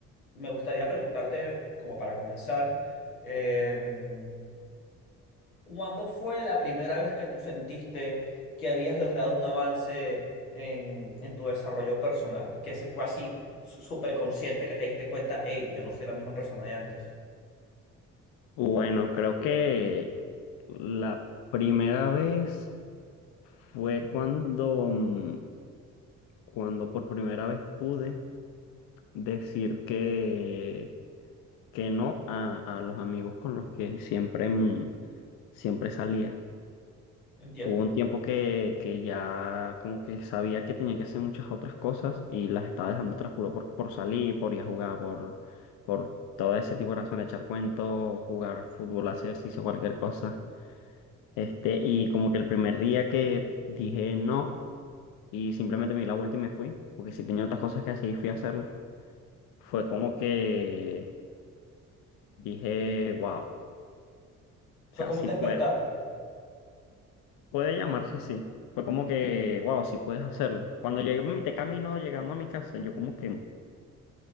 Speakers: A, on the left (about 85°); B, on the left (about 55°).
A: me gustaría preguntarte, como para comenzar, em, ¿cuándo fue la primera vez que tú sentiste que habías logrado un avance en, en tu desarrollo personal? Que se fue así, su- súper consciente, que te diste cuenta, hey, yo no soy la misma persona de antes.
B: Bueno, creo que la primera vez fue cuando, mm, cuando por primera vez pude decir que, que no a, a los amigos con los que siempre, mm, siempre salía.
A: Entiendo.
B: Hubo un tiempo que, que ya como que sabía que tenía que hacer muchas otras cosas y las estaba dejando atrás puro por, por salir, por ir a jugar, por, por todo ese tipo de razones, echar cuentos, jugar fútbol, hacer ejercicio, cualquier cosa. Este, y como que el primer día que dije no y simplemente me di la vuelta y me fui, porque si tenía otras cosas que hacer y fui a hacerlas, fue como que dije, wow, o sea,
A: Fue como
B: sí
A: un despertar.
B: puedo. Puede llamarse así. Fue como que, wow, sí puedes hacerlo. Cuando llegué en mi te- camino llegando a mi casa, yo como que,